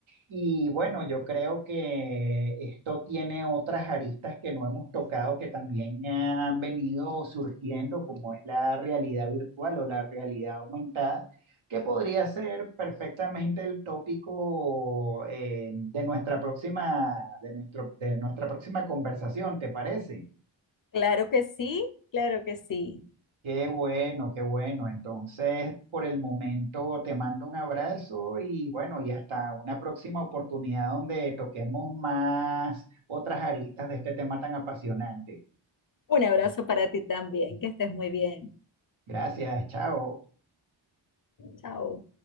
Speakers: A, on the right; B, on the left.
A: Y bueno, yo creo que esto tiene otras aristas que no hemos tocado que también han venido surgiendo, como es la realidad virtual o la realidad aumentada que podría ser perfectamente el tópico eh, de nuestra próxima, de nuestro, de nuestra próxima conversación, ¿te parece?
B: Claro que sí, claro que sí.
A: Qué bueno, qué bueno. Entonces, por el momento te mando un abrazo y bueno, y hasta una próxima oportunidad donde toquemos más otras aristas de este tema tan apasionante.
B: Un abrazo para ti también, que estés muy bien.
A: Gracias, chao.
B: Chao.